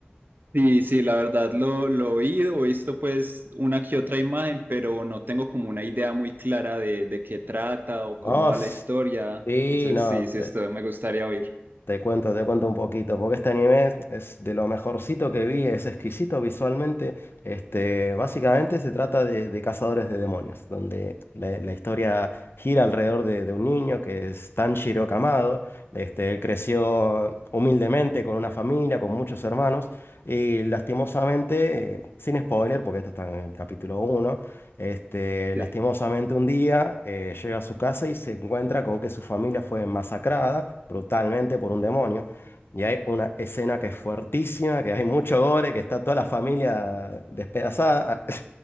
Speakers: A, on the right (about 55°); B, on the left (about 70°).
A: Sí, sí, la verdad lo, lo he oído, he visto pues una que otra imagen, pero no tengo como una idea muy clara de, de qué trata o cómo
B: Vos,
A: va la historia.
B: sí,
A: Entonces,
B: no,
A: sí,
B: te,
A: sí, esto me gustaría oír.
B: te cuento, te cuento un poquito, porque este anime es de lo mejorcito que vi, es exquisito visualmente. Este, básicamente se trata de, de cazadores de demonios, donde la, la historia gira alrededor de, de un niño que es Tanjiro Kamado. Este, él creció humildemente con una familia, con muchos hermanos, y lastimosamente, eh, sin spoiler, porque esto está en el capítulo uno Este,
A: Sí.
B: lastimosamente un día eh, llega a su casa y se encuentra con que su familia fue masacrada brutalmente por un demonio. Y hay una escena que es fuertísima, que hay mucho gore, que está toda la familia despedazada. <laughs>